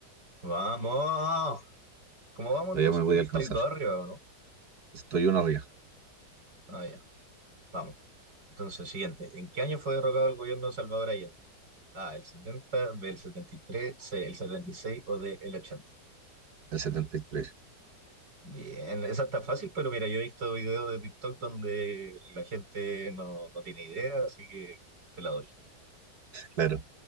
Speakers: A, on the right (about 80°); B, on the right (about 60°).
A: ¡Vamos! ¿Cómo vamos
B: Todavía
A: entonces?
B: me voy
A: ¿Tú
B: a alcanzar.
A: estás dos arriba o no?
B: Estoy uno arriba,
A: Ah, ya. Vamos. Entonces, siguiente. ¿En qué año fue derrocado el gobierno de Salvador Allende? A, el 70, B, el 73, C, el 76 o D, el 80.
B: el 73.
A: Bien, esa está fácil, pero mira, yo he visto videos de TikTok donde la gente no, no tiene idea, así que te la doy.
B: Claro.